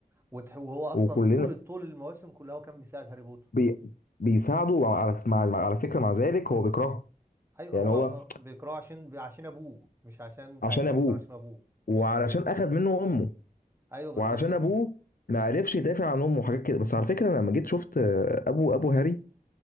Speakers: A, on the right; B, on the left.
A: وتح- وهو اصلا
B: وكلنا
A: طول طول المواسم كلها هو كان بيساعد هاري بوتر
B: بي بيساعده على مع مع- على فكره مع ذلك هو بيكرهه
A: ايوه
B: يعني
A: هو
B: هو
A: آه، بيكرهه عشان عشان ابوه مش عشان حاجه
B: عشان ابوه
A: هو بيكرهه عشان ابوه
B: وعلشان اخذ منه امه
A: ايوه بالظبط
B: وعشان
A: كده
B: ابوه ما عرفش يدافع عن امه وحاجات كده بس على فكره انا لما جيت شفت آه، ابو ابو هاري